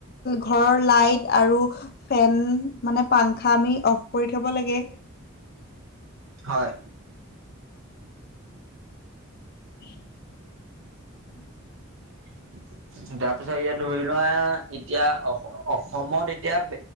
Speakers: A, on the left (about 45°); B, on the right (about 65°).
A: ঘৰৰ লাইট আৰু ফেন মানে পাংখা আমি অফ কৰি থ'ব লাগে।
B: হয়।
A: <inaudible>
B: <inaudible> তাৰ পিছত এতিয়া ধৰি লোৱা এতিয়া অসমত এতিয়া